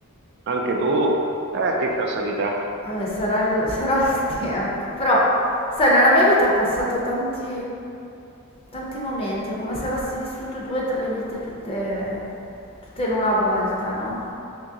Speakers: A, on the right; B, on the left.
A: Anche tu? Eh, che casualità.
B: Eh, sarà il, <laughs> sarà il tempo, però sai, nella mia vita ho passato tanti, tanti momenti, è come se avessi vissuto due o tre vite tutte, tutte in una volta, no?